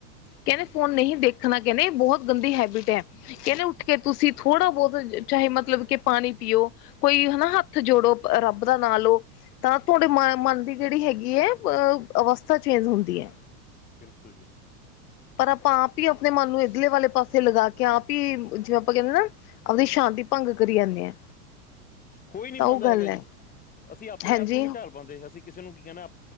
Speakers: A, on the left; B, on the left.
A: ਕੇਂਦੇ ਫੋਨ ਨਹੀਂ ਦੇਖਣਾ ਕੈਂਦੇ ਬੋਹਤ ਗੰਦੀ ਹੈਬਿਟ ਐ। ਕੈਂਦੇ ਉੱਠ ਕੇ ਤੁਸੀਂ ਥੋੜ੍ਹਾ ਬੋਤ ਚਾਹੇ ਮਤਲਬ ਕੇ ਪਾਣੀ ਪੀਓ, ਕੋਈ ਹਨਾ ਹੱ ਥ ਜੋੜੋ ਰੱਬ ਦਾ ਨਾ ਲੋ ਤਾਂ ਤੁਹਾਡੇ ਮਾ ਮਨ ਦੀ ਜੇੜੀ ਹੈਗੀ ਏ ਅ ਅਵਸਥਾ ਚੇਂਜ ਹੁੰਦੀ ਐ।
B: ਬਿਲਕੁੱਲ ਜੀ।
A: ਪਰ ਆਪਾਂ ਆਪ ਈ ਆਪਣੇ ਮਨ ਨੂੰ ਇਧਲੇ ਵਾਲੇ ਪਾਸੇ ਲਗਾ ਕੇ ਆਪ ਈ ਜਿਵੇਂ ਆਪਾਂ ਕੈਂਦੇ ਨਾ ਆਵਦੀ ਸ਼ਾਂਤੀ ਭੰਗ ਕਰੀ ਜਾਂਨੇ ਆ।
B: ਹੋਈ ਨੀ
A: ਤਾਂ
B: ਪਾਂਦਾ
A: ਉਹ ਗੱਲ
B: ਹੈਗਾ
A: ਹੈ
B: ਜੀ ਅਸੀਂ ਆਪਣੇ
A: ਹਾਂਜੀ
B: ਆਪ ਨੂੰ ਨੀ ਢਾਲ ਪਾਂਦੇ ਅਸੀਂ ਕਿਸੇ ਨੂੰ ਕੀ ਕੈਣਾ